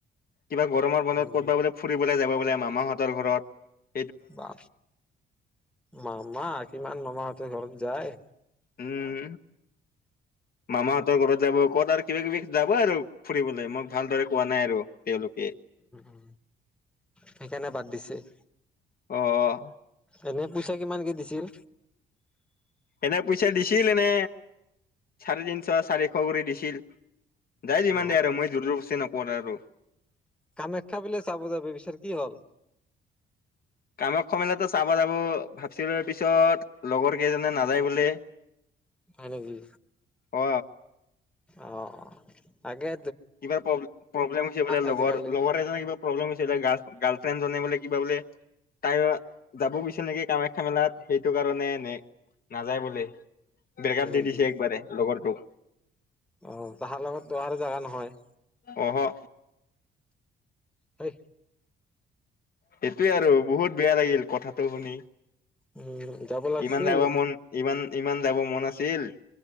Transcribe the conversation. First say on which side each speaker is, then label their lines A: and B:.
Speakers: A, on the left (about 50°); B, in the centre.
A: কিবা গৰমৰ মনত
B: উম
A: কৰ'বাত বোলে ফুৰিবলৈ যাবা বোলে মামাহত তৰ ঘৰত।
B: বা মামা কিমান মামাহঁতৰ ঘৰত যায়।
A: উম। মামাহঁতৰ ঘৰত যাব ক'ত আৰু কিবা কিবি যাব আৰু ফুৰিবলৈ মোক ভালদৰে কোৱা নাই আৰু তেওঁলোকে।
B: উহো, সেইকাৰণে বাদ দিছে?
A: অ'।
B: এনে পইচা কিমানকে দিছিল?
A: এনে পইচা দিছিল এনে চাৰে তিনশ চাৰিশ কৰি দিছিল। যাই যিমান
B: অ
A: দে আৰু মই জোৰ যবস্তি নকৰোয়ে আৰু।
B: কামাখ্যা বোলে চাব যাবি বিচাৰ কি হ'ল?
A: কামাখ্য মেলাটো চাব যাব ভাবিছিলো পিছত লগৰকেইজনে নাযায় বোলে।
B: হয় নেকি?
A: অ
B: অ', তাকে
A: কিবা প্ৰব-প্ৰব্লেম হৈছে লগৰ-লগৰ
B: আজিকালি
A: এজনে কিবা প্ৰব্লেম হৈছে তাৰ গাৰ্ল ফ্ৰেন জনে বোলে কিবা বোলে তাই যাব গৈছে নেকি কামাখ্যা মেলাত। সেইটো কাৰণে নে নাযায় বোলে ব্ৰেক
B: হয়
A: আপ
B: নেকি?
A: দি দিছে একবাৰে লগৰটোক।
B: অ', তাহাৰ লগতটো আৰু জাগা নহয়?
A: অহ'।
B: হৈ।
A: সেইটোয়ে আৰু বহুত বেয়া লাগিল কথাটো শুনি।
B: উম যাব লাগছিল।
A: ইমান যাবৰ মন ইমান-ইমান যাবৰ মন আছিল।